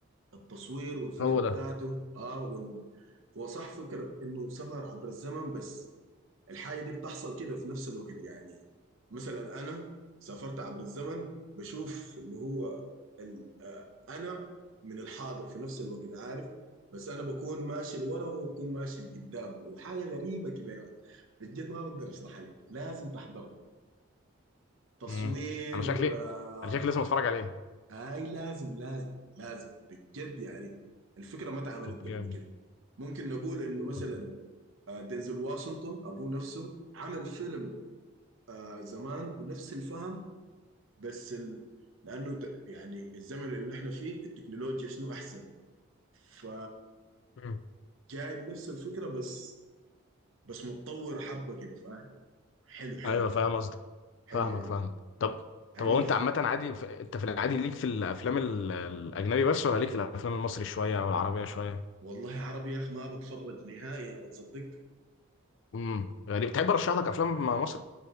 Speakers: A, on the right (about 65°); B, on the left (about 55°).
A: التصوير والفكره
B: هو
A: بتاعته
B: ده
A: اه وال... هو صح فكره انه سفر عبر الزمن بس الحاجة دي بتحصل كده في نفس الوقت يعني مثلا أنا سافرت عبر الزمن بشوف اللي هو ال- آه، أنا من الحاضر في نفس الوقت عارف بس أنا بكون ماشي لورا وهو بكون ماشي لقدام وحاجة غريبة كده يعني بجد ما بقدر أشرحها لك لازم تحضرها تصوير
B: امم انا شكلي
A: آه،
B: انا شكلي لازم اتفرج عليه
A: هاي لازم لازم لازم بجد يعني الفكرة ما اتعملت
B: طب
A: قبل
B: جامد
A: كده ممكن نقول إنه مثلا
B: طب
A: آه، دينزل واشنطن أبوه نفسه عمل فيلم آه زمان بنفس الفهم بس ال... لانه ت- يعني الزمن اللي نحن فيه التكنولوجيا شنو احسن ف
B: مم.
A: جايب نفس الفكره بس بس متطور حبه كده فاهم حلو حلو
B: ايوه فاهم قصدك
A: حلو
B: فاهمك
A: يا مان
B: فاهمك طب
A: عنيف
B: طب هو انت عامه عادي في... انت في العادي ليك في الافلام ال- الاجنبي بس ولا ليك في الافلام المصري شويه او العربيه شويه
A: والله عربي يا اخ ما بتفرج نهائي يا مان تصدق
B: امم غريب تحب ارشح لك افلام مصر